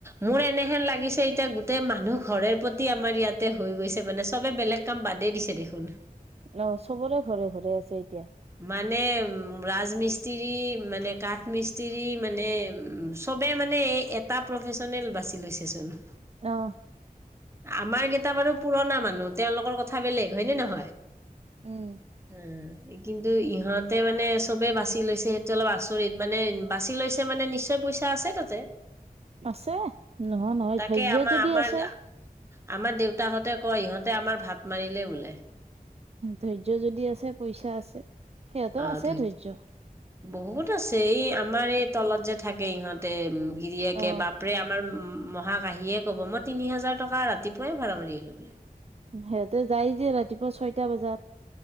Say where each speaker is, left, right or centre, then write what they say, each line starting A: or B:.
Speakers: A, on the right; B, on the right.
A: মোৰ এনেহেন লাগিছে এতিয়া গোটেই মানুহ ঘৰে প্ৰত তি আমাৰ ইয়াতে হৈ গৈছে মানে চবে বেলেগ কাম বাদেই দিছে দেখোন
B: অ' চবৰে ঘৰে ঘৰে আছে এতিয়া
A: মানে উম ৰাজমিস্ত্ৰী মানে কাঠ মিস্ত্ৰী মানে চবেই মানে এই এটা প্ৰফেচনেল বাছি লৈছেচোন
B: অ'
A: আমাৰ কেইটা বাৰু পুৰণা মানুহ তেওঁলোকৰ কথা বেলেগ হয়নে নহয়
B: উম
A: উম কিন্তু ইহঁতে মানে চবেই বাছি লৈছে সেইটো অলপ আচৰিত মানে বাচি লৈছে মানে নিশ্চয় পইচা আছে তাতে
B: আছে নোহোৱা নহয়
A: তাকে
B: ধৈৰ্য্য
A: আমাৰ
B: যদি
A: আমাৰ
B: আছে
A: আমাৰ দেউতাকহঁতে কয় ইহঁতে আমাৰ ভাত মাৰিলে বোলে
B: ধৈৰ্য্য যদি আছে পইচা আছে সিহঁতৰ
A: অ'
B: আছে
A: ধৰি
B: ধৈৰ্য্য
A: বহুত আছে এই আমাৰ এই তলত যে থাকে ইহঁতে গিৰিয়েকে
B: অ
A: বাপ ৰে আমাৰ মহাক আহিয়ে ক'ব মই তিনি হাজাৰ টকা ৰাতিপুৱাই ভাড়া মাৰি আহিলোঁ বোলে
B: সিহঁতে যায় যে ৰাতিপুৱা ছয়টা বজাত